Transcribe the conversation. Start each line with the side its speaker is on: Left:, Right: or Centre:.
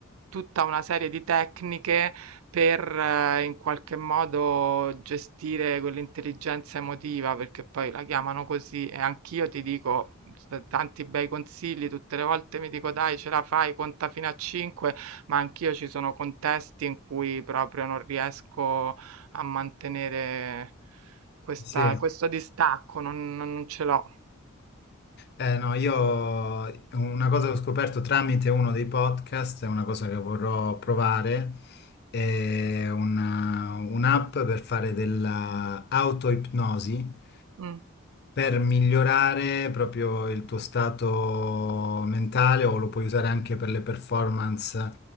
Right: tutta una serie di tecniche per eh, in qualche modo gestire quell'intelligenza emotiva, perché poi la chiamano così e anch'io ti dico s- tanti bei consigli, tutte le volte mi dico dai, ce la fai, conta fino a 5, ma anch'io ci sono contesti in cui proprio non riesco a mantenere questa-
Left: Sì,
Right: questo distacco, non, non ce l'ho.
Left: Eh, no, io una cosa che ho scoperto tramite uno dei podcast, è una cosa che vorrò provare, è una- un'app per fare dell'autoipnosi
Right: Mm,
Left: per migliorare proprio il tuo stato mentale o lo puoi usare anche per le performance